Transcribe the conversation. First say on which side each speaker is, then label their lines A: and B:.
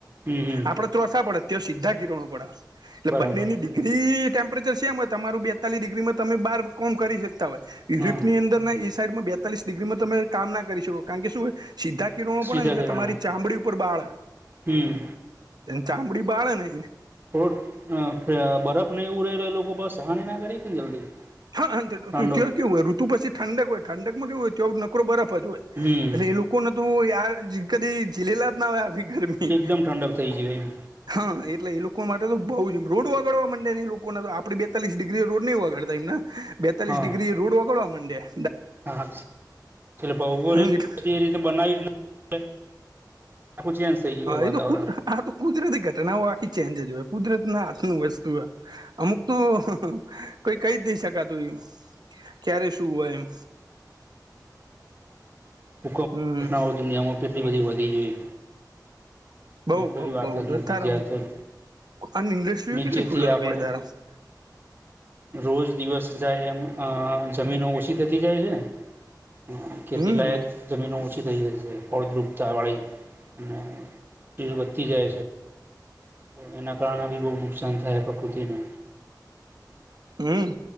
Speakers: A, on the right; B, on the right.
A: હમ હમ
B: આપણે ત્રોસા પડે ત્યા સીધા કિરણો પડે એટલે
A: બરાબર
B: બંનેની ડિગ્રી ટેમ્પરેચર સેમ હોય તમારું બી બેતાલીસ ડિગ્રીમાં તમે બાર કોમ કરી શકતા હોય યુરિપ
A: હા
B: ની અંદર ના એ સાઈડમાં બેતાલીસ ડિગ્રીમાં તમે કામ ના કરી શકો કારણ કે શું સીધા કિણવો
A: સીધા
B: પડેને એટલે
A: કિરણમાં
B: તમારી ચામડી ઉપર બાળા
A: હમ
B: ચામડી બાળે ને
A: થોડો બરફ નહીં ઉરેલા એ લોકો બસ હાનિ ના કરી કેને જલ્દી.
B: હા
A: ઠંડો
B: કેવું હોય ઋતુ પછી ઠંડક હોય ઠંક માં કેવું હોય નકરો બરફ જ હોય
A: હમ
B: એટલે એ લોકો કોણ હતું યાર કદી જીલેલા જ ના હોયાર ગરમી.
A: એકદમ ઠંડક થઈ ગયો એમ
B: હા એટલે એ લોકો માટે તો બઉુ જમ રોડ વગડવા માંડે ઈ લોકોને તો આપડી બેતાલીસ ડિગ્રી રોડ નહીં વગાડતા એમને બેતાલીસ
A: હા
B: ડિગ્રી રોડ વગડવા માંડયા.
A: હા ભગો
B: હમ,
A: એ
B: એટલે
A: રીતે બનાવી આપડે. આખુ ચેચ થઈ ગયુ વાતાવરણ.
B: એ તો કુદ હા તો કુદરતી ઘટનાઓ આખી ચેન્જ જો હોય કુદરત ના હાથ નું વસ્તુ અમુક તો કોઈ કઈ જ નહી શકાતું એમ ક્યારે શું હોય એમ.
A: હુકો ઘટના
B: હમ
A: દુનિયામાં કેટલી બધી વધી ગઈ.
B: બઉ
A: એ કોઈ
B: બઉ
A: વાત
B: બઉ
A: જ નથી
B: તારા
A: જ્યાં
B: આ ઇન્ડસ્ટ્રીઓ
A: નીચેથી
B: કેટલી ખુલ્
A: આપણે
B: તારા <inaudible>
A: રોજ દિવસ જાય એમ જમીનો ઓછી થતી જાય છે. હ ખેતી
B: હમ
A: લાયક. જમીનો ઓછી થઈ જાય છે ફળદ્રુપતા વાળી અને વધતી જાય છે. તો એના કારણે બી બહુ નુકસાન થાય પ્રકૃતિને.
B: હમ